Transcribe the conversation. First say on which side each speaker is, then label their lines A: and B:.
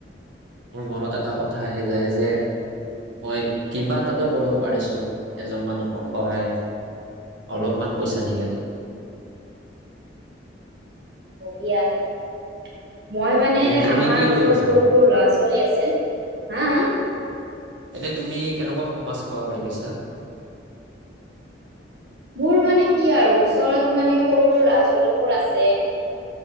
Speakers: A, on the right; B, on the right.
A: মোৰ মনত এটা কথা আহি যায় যে মই কিবা এটাটো কৰিব পাৰিছো এজন মানুহক সহায় অলপমান পইচা দি কেনে।
B: ব্ৰহিয়া মই মানে
A: এনে তুমি
B: আমাৰ
A: কি
B: ওচৰত
A: কৰি পাইছানো
B: সৰু সৰু ল'ৰা ছোৱালী আছে হা।
A: এনে তুমি কেনেকুৱা সমাজ সেৱা কৰি পাইছা?
B: মোৰ মানে কি আৰু ওচৰত মানে সৰু সৰু ল'ৰা ছোৱালীবোৰ আছে,